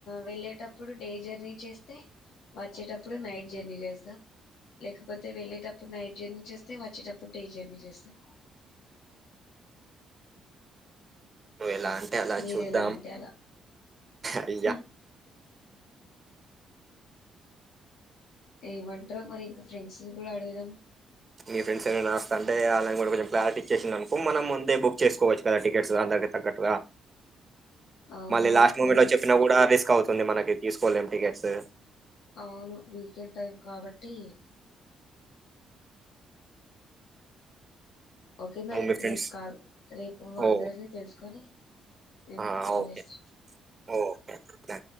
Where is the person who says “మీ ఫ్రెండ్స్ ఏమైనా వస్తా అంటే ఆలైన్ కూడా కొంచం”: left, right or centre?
Right